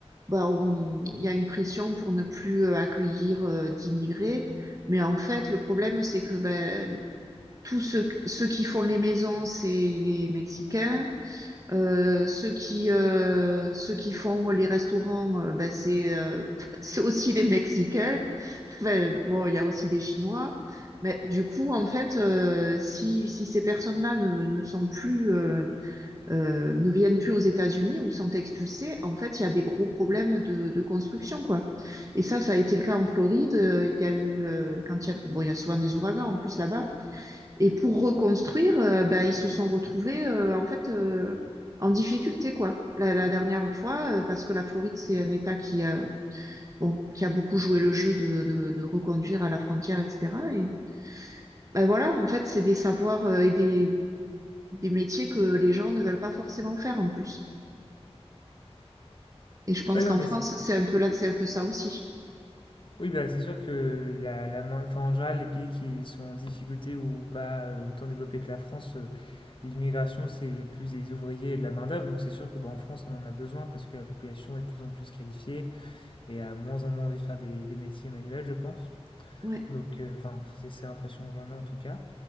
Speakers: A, on the right; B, on the left.
A: bah, on- il y a une pression pour ne plus euh, accueillir euh, d'immigrés, mais en fait, le problème, c'est que ben tous ceux, ceux qui font les maisons, c'est les Mexicains. Euh, ceux qui euh, ceux qui font les restaurants, euh, ben, c'est euh, <laughs> c'est aussi les Mexicains. Enfin, bon, il y a aussi des Chinois, mais du coup, en fait, euh, si, si ces personnes-là ne, ne sont plus, euh, euh, ne viennent plus aux États-Unis ou sont expulsées, en fait, il y a des gros problèmes de, de construction, quoi. Et ça, ça a été le cas en Floride. Euh, Il y a eu, euh, quand il y a, bon, il y a souvent des ouragans en plus là-bas. Et pour reconstruire, euh, bah, ils se sont retrouvés, euh, en fait, euh, en difficulté, quoi. La, la dernière fois, euh, parce que la Floride, c'est un État qui a bon, qui a beaucoup joué le jeu de, de, de reconduire à la frontière, etc. Et ben voilà, en fait, c'est des savoirs euh, et des, des métiers que les gens ne veulent pas forcément faire en plus. Et je pense
B: Ah oui,
A: qu'en
B: non, mais
A: France, c'est un peu là, c'est un peu ça aussi.
B: Oui, bah, c'est sûr que la, la main, enfin, en général, les pays qui sont en difficulté ou pas euh, autant développés que la France, euh, l'immigration, c'est plus des ouvriers et de la main-d'œuvre. Donc, c'est sûr que bah, en France, on en a besoin parce que la population est de plus en plus qualifiée et a moins en moins envie de faire des, des métiers manuels, je pense.
A: Ouais,
B: Donc, euh, enfin, c'est c'est l'impression que j'en ai en tout cas.